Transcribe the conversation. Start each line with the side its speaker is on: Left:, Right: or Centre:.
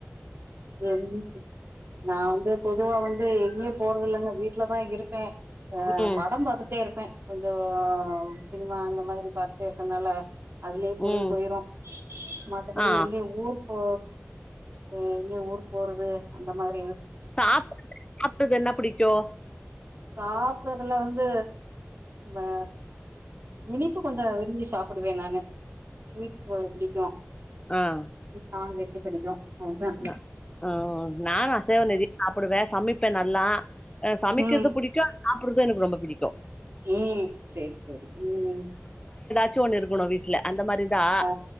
Right: கம்மி ரைஸ் நா வந்து பொதுவா வந்து எங்கயு போறதில்லங்க வீட்லதா இருப்பே அ
Left: ம்
Right: படம் பாத்துட்டே இருப்பே. கொஞ்சோம் சினிமா அந்த மாதிரி பாத் இப்டி இருக்கனால அதுலயே பொழுது
Left: ம்
Right: போயிரு. மத்தபடி
Left: ஆ
Right: எங்கே ஊருக் போ <unintelligible> நீ ஊர்க் போறது அந்த மாரி
Left: சாப் சாப்பட்றது என்ன புடிக்கு.
Right: சாப்றதுல வந்து ம் அ இனிப்பு கொஞ்சோ விரும்பி சாப்புடுவே நானு ஸ்வீட்ஸ் அ புடிக்கு.
Left: ஆ
Right: நானுவெஜ் வெஜி புடிக்கு. அவுள்தா
Left: அ அ நானு அசைவோ நெறைய சாப்புடுவே சமைப்பே நல்லா அ சமைக்கறது
Right: ம்
Left: புடிக்கு. சாப்புட்றது எனக்கு ரொம்ப புடிக்கு.
Right: ம் சேரி சேரி ம்
Left: ச்சு ஒன்னு இருக்கனு வீட்ல அந்த மாரி இதுதா
Right: ஆ